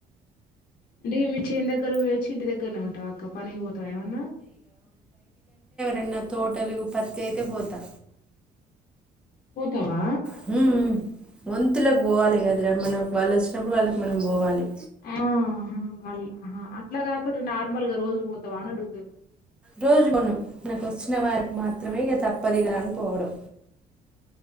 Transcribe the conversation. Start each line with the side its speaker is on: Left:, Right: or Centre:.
Left: అంటే ఇగ మీ చేన్ దగ్గర్ వొయచ్చి ఇంటి దగ్గర్నే ఉంటావక్క పనికి వోతావా ఏమన్నా
Centre: అన్న తోటలు పత్తైతే పోతా
Left: పోతవా
Centre: హూ వంతులక్ వోవాలే కద్రా మనక్ వాళ్ళచ్చినప్పుడ్ వాళ్ళక్ మనం పోవాలే
Left: ఆ వాళ్ అహ అట్లా గకుంట నార్మల్గా రోజు పోతావా అన్ అడుగ్తున్నా
Centre: రోజు పొను మనకొచ్నిన వారికి మాత్రమే ఇగ తప్పదిగా అని పోవుడు